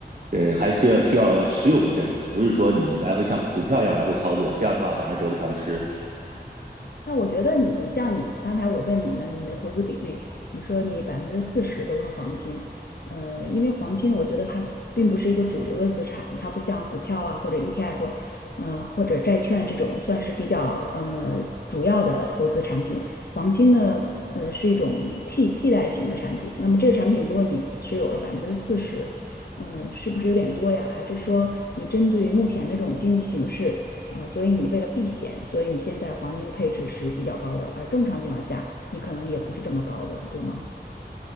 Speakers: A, on the right; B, on the left.
A: 呃，还是要需要要持有一阵子，不是说你来回像股票一样来回操作，这样的话反而得不偿失，
B: 那我觉得你像你刚才我问你呢，你的投资比率，你说你百分之四十都是黄金，呃，因为黄金我觉得它并不是一个主流的资产，它不像股票啊或者 ETF，嗯，呃或者债券这种算是比较呃主要的投资产品。黄金呢，呃是一种替替代型的产品。那么这个产品如果你持有了百分之四十，呃，是不是有点多呀？还是说你针对目前的这种经济形势？啊，呃所以你为了避险，所以你现在黄金的配置是比较高的，而正常情况下，你可能也不是这么高的，对吗？